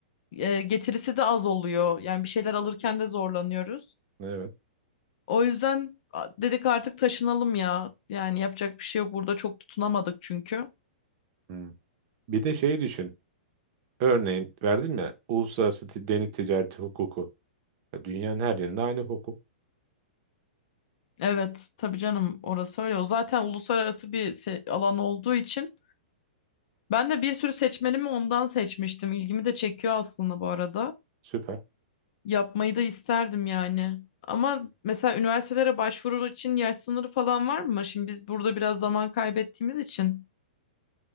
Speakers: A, on the left; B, on the right.
A: E, getirisi de az oluyor. Yani bir şeyler alırken de zorlanıyoruz.
B: evet.
A: O yüzden a- dedik artık taşınalım ya. Yani yapacak bir şey yok. Burada çok tutunamadık çünkü.
B: Hmm. Bir de şey düşün. Örneğin verdim ya uluslararası ti- deniz ticareti hukuku. Ya Dünyanın her yerinde aynı hukuk.
A: Evet, tabii canım orası öyle. O zaten uluslararası bir se- alan olduğu için ben de bir sürü seçmenimi ondan seçmiştim. İlgimi de çekiyor aslında bu arada.
B: Süper.
A: Yapmayı da isterdim yani. Ama mesela üniversitelere başvuru için yaş sınırı falan var mı? Şimdi biz burada biraz zaman kaybettiğimiz için.